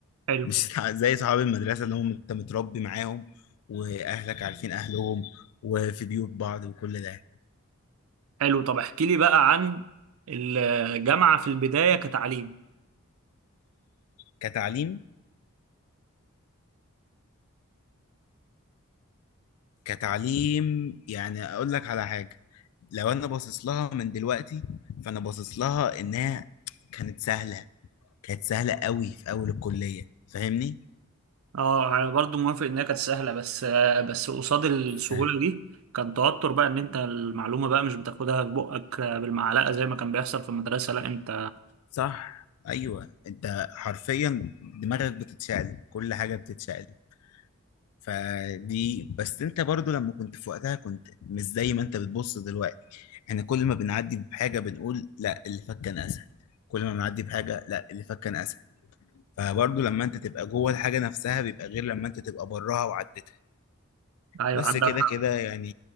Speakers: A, on the right; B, on the left.
A: حلو
B: مش تتع- زي صحاب المدرسة اللي هم انت متربي معاهم واهلك عارفين اهلهم وفي بيوت بعض وكل ده
A: حلو طب احكي لي بقى عن الجامعة في البداية كتعليم
B: كتعليم كتعليم يعني اقول لك على حاجة لو انا باصص لها من دلوقتي فانا باصص لها انها كانت سهلة كانت سهلة قوي في اول الكلية فاهمني؟
A: اه انا برضو موافق انها كانت سهله بس بس قصاد السهوله
B: سهل.
A: دي كان توتر بقى ان انت المعلومه بقى مش بتاخدها في بقك بالمعلقه زي ما كان بيحصل في المدرسه لا انت
B: صح ايوه انت حرفيا دماغك بتتشقلب كل حاجة بتتشقلب فدي بس انت برضو لما كنت في وقتها كنت مش زي ما انت بتبص دلوقتي احنا كل ما بنعدي بحاجة بنقول لا اللي فات كان اسهل كل ما بنعدي بحاجة لا اللي فات كان اسهل فبرضو لما انت تبقى جوه الحاجة نفسها بيبقى غير لما انت تبقى براها وعدتها
A: ايوه
B: بس
A: عندك
B: كده
A: حق
B: كده يعني